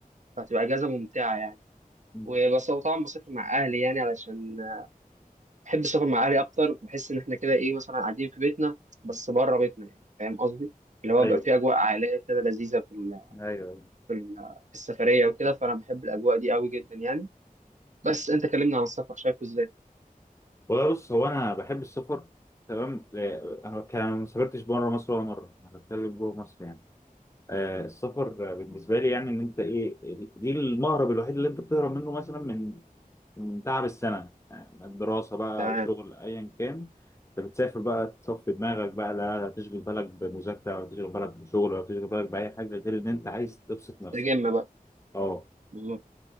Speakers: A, on the right; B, on the left.
A: فهتبقى اجازه ممتعه يعني
B: مم.
A: وبس طبعا بسافر مع اهلي يعني علشان بحب السفر مع اهلي اكتر بحس ان احنا كده ايه مثلا قاعدين في بيتنا بس بره بيتنا يعني فاهم قصدي اللي هو
B: ايوه
A: بقى في اجواء عائليه كده لذيذه في ال-
B: ايوه
A: في ال- في السفريه وكده فانا بحب الاجواء دي قوي جدا يعني بس انت كلمني عن السفر شايفه ازاي
B: والله بص هو انا بحب السفر تمام لا، انا كان ما سافرتش بره مصر ولا مره انا بتكلم جوه مصر يعني آه، السفر بالنسبة لي يعني إن أنت إيه دي المهرب الوحيد اللي أنت بتهرب منه مثلا من من تعب السنة يعني الدراسة بقى
A: تمام
B: أو شغل أيا كان أنت بتسافر بقى تصفي دماغك بقى لا لا تشغل بالك بمذاكرة ولا تشغل بالك بشغل ولا تشغل بالك بأي حاجة غير إن أنت عايز تبسط نفسك
A: تجمع بقى
B: أه
A: بالظبط